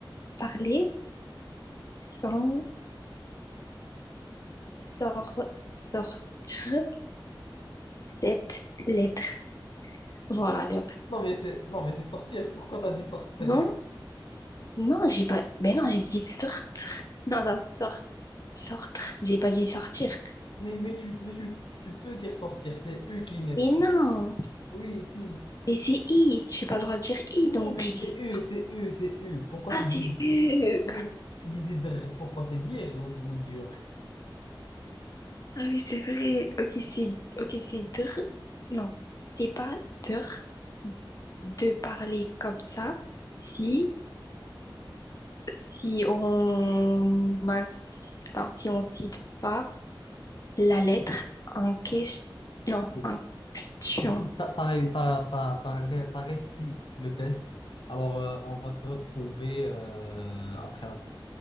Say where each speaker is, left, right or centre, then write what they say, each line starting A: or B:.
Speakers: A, on the left (about 40°); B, on the left (about 65°).
A: parler sans sor- sortir cette lettre. Voilà, Léop.
B: Non, mais c'est, non, mais c'est sortir. Pourquoi t'as dit sortir?
A: Non, non, j'ai pas. Mais non, j'ai dit sortir. Non, non, sortir. Sortir. J'ai pas dit sortir.
B: Mais, mais tu, mais tu, tu peux dire sortir. C'est U qui n'est
A: Mais
B: pas.
A: non.
B: Oui, si.
A: Mais c'est I, j'ai pas le droit de dire I,
B: Non,
A: donc
B: mais
A: je
B: c'est
A: dis
B: U, c'est U, c'est U. Pourquoi
A: Ah,
B: tu dis.
A: c'est U.
B: Oui, tu disais dr. Pourquoi c'est dire ou, ou dur?
A: Ah oui, c'est vrai. Ok, c'est ok, c'est dr. Non, c'est pas dr de parler comme ça. Si si on man- si- attends, si on cite pas la lettre en question. Non,
B: Oui.
A: en question.
B: Écoute, t'as, t'as, réu- t'as, t'as, t'as ré- t'as réussi le test. Alors, euh, on va se retrouver euh, après la pub.